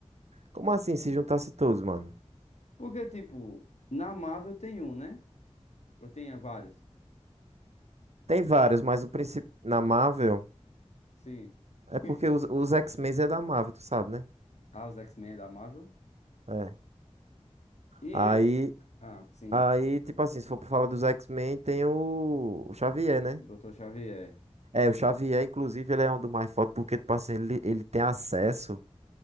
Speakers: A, on the right (about 70°); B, on the left (about 75°).
A: Como assim, se juntasse todos, mano?
B: Porque, tipo, na Marvel tem um, né? Eu tenho vários.
A: Tem vários, mas o principal na Marvel
B: Sim.
A: é
B: <laughs>
A: porque os, os X-Men é da Marvel, tu sabe, né?
B: Ah, os X-Men da Marvel.
A: É.
B: E,
A: Aí,
B: ah, sim,
A: aí, tipo assim, se for pra falar dos X-Men, tem o, o Xavier, né?
B: Dr. Xavier.
A: É, o Xavier, inclusive, ele é um dos mais fortes porque, tipo assim, ele, ele tem acesso